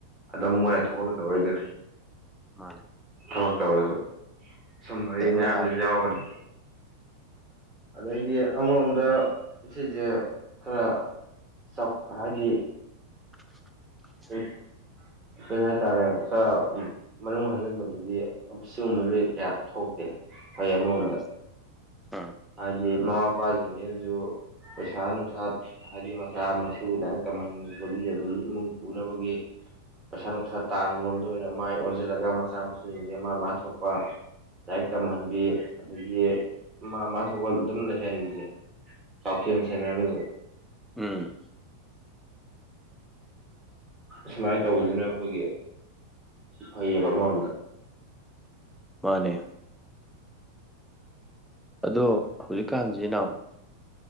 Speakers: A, on the right; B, in the centre.
A: ꯑꯗꯨꯝ ꯃꯣꯏꯅ ꯊꯣꯛꯐꯝ ꯇꯧꯔꯛꯏꯗꯨꯅꯤ
B: ꯃꯥꯅꯤ
A: ꯊꯕꯛ ꯇꯧꯔꯁꯨ ꯁꯨꯝꯝꯕꯒꯤ
B: ꯗꯥꯏꯔꯦꯛꯅ
A: ꯃꯌꯥꯝꯗꯨꯁꯨ
B: ꯌꯥꯔꯦ
A: ꯌꯥꯎꯔꯒꯅꯦ ꯑꯗꯩꯗꯤ ꯑꯃꯔꯣꯝꯗ ꯁꯤꯁꯦ ꯈꯔ ꯁꯞ ꯍꯥꯏꯗꯤ
B: <inaudible>
A: ꯎ ꯀꯩ ꯍꯥꯏꯇꯥꯔꯦ ꯈꯔ ꯃꯅꯨꯡ ꯍꯟꯖꯤꯟꯕꯗꯗꯤ ꯃꯁꯤꯒꯨꯝꯕꯗꯤ ꯀꯌꯥ ꯊꯣꯛꯇꯦ ꯐꯩ ꯑꯃꯔꯣꯝꯗ
B: ꯑꯝ ꯑꯥ
A: ꯍꯥꯏꯗꯤ ꯃꯃꯥ ꯃꯄꯥꯁꯤꯡꯁꯤꯅꯁꯨ ꯄꯩꯁꯥ ꯅꯨꯡꯁꯥ ꯍꯥꯏꯗꯤ ꯃꯆꯥ ꯃꯁꯨ ꯂꯥꯏꯔꯤꯛ ꯇꯝꯍꯟꯅꯤꯡꯕꯒꯤ ꯑꯗꯒꯤ ꯏꯃꯨꯡ ꯄꯨꯅꯕꯒꯤ ꯄꯩꯁꯥ ꯅꯨꯡꯁꯥ ꯇꯥꯟꯕꯔꯣꯝꯗ ꯑꯣꯏꯅ ꯃꯥꯏ ꯑꯣꯟꯁꯤꯜꯂꯒ ꯃꯆꯥ ꯃꯁꯨꯁꯤꯡꯁꯦ ꯃꯥ ꯃꯥ ꯊꯣꯛꯄ ꯂꯥꯏꯔꯤꯛ ꯇꯝꯍꯟꯕꯤ ꯑꯗꯒꯤ ꯃꯥꯏ ꯃꯥꯏ ꯊꯣꯛꯄ ꯑꯗꯨꯝ ꯂꯩꯍꯟꯕꯤꯁꯦ ꯆꯥꯎꯁꯦꯜ ꯁꯦꯟꯅꯔꯒꯁꯨ
B: ꯎꯝ
A: ꯑꯨꯃꯥꯏꯅ ꯇꯧꯕꯁꯤꯅ ꯑꯩꯈꯣꯏꯒꯤ ꯐꯩꯌꯦꯕ ꯑꯃꯔꯣꯝꯗ
B: ꯃꯥꯅꯦ ꯑꯗꯣ ꯍꯧꯖꯤꯛꯀꯥꯟꯁꯤꯅ